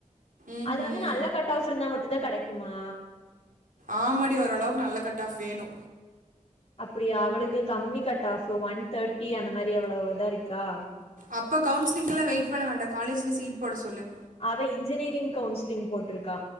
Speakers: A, on the right (about 90°); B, on the left (about 45°).
A: ம்ஹும்
B: அது வந்து நல்ல கட் ஆஃப்ருந்தா மட்டுந்தா கடைக்குமா
A: ஆமாடி ஓரளவுக் நல்ல கட் ஆஃப் வேணு
B: அப்டியா அவளுக்கு கம்மி கட் ஆஃபு ஒன் தேர்ட்டி அந்த மாரி அவ்ளோவ்தாருக்கா
A: அப்ப கவுன்ஸ்லிங்க்கெல்லா வெயிட் பண்ண வேண்டா காலேஜில சீட் போட சொல்லு
B: அவ இன்ஜினியரிங் கவுன்ஸ்லிங் போட்ருக்கா